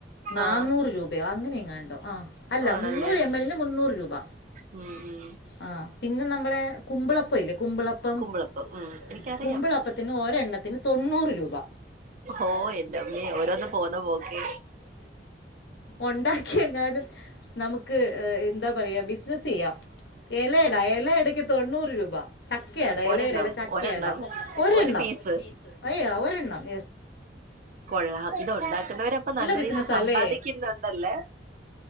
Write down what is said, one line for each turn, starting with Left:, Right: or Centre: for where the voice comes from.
Left: നന്നൂറ്
Right: ആഹ്
Left: രൂപയോ അങ്ങനെയങ്ങാണ്ടോ ആ അല്ല
Right: ആണല്ലേ
Left: മുന്നൂറ് എം എല്ലിന് മുന്നൂറ് രൂപ
Right: ഉം ഉം
Left: ആ പിന്നെ നമ്മുടെ കുമ്പളപ്പ ഇല്ലേ കുമ്പളപ്പം
Right: കുമ്പളപ്പം
Left: അപ്പം
Right: ഉം എനിക്കറിയാം
Left: കുമ്പിള അപ്പത്തിന് ഒരെണ്ണത്തിന് തൊണ്ണൂറ് രൂപ
Right: ഓ എന്റമ്മേ ഓരോന്ന് പോന്ന പോക്കെ
Left: ഉണ്ടാക്കിയെങ്ങാനും നമുക്ക് എന്താ പറയാ ബിസിനസ്സ് യ്യാം ഇലട ഇലടയ്ക്ക് തൊണ്ണൂറ് രൂപ ചക്കടാ
Right: ഒരെണ്ണം
Left: ഇലടല്ല ചക്കടാ
Right: ഒരെണ്ണം
Left: ഒരെണ്ണം
Right: ഒരു പീസ്
Left: അയ്യ ഒരെണ്ണം
Right: കൊള്ളാം ഇത് ഉണ്ടാക്കുന്നവര അപ്പൊ നല്ല
Left: ബിസിനസ്സാ
Right: രീതിയിൽ സമ്പാദിക്കുന്നുണ്ടല്ലേ
Left: അല്ലേ